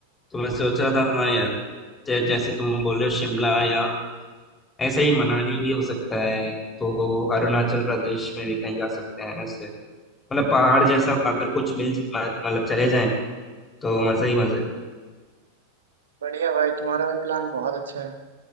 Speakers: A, on the left; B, on the right.
A: तो मैं सोच रहा था हाँ यार जै- जैसे तुम बोल रहे हो शिमला या ऐसे ही मनाली भी हो सकता है तो अरुणाचल प्रदेश में भी कहीं जा सकते हैं ऐसे मतलब पहाड़ जैसा अगर कुछ मिल ज- म- मतलब चले जाएं तो मजे ही मजे
B: बढ़िया भाई तुम्हारा भी प्लान बहुत अच्छा है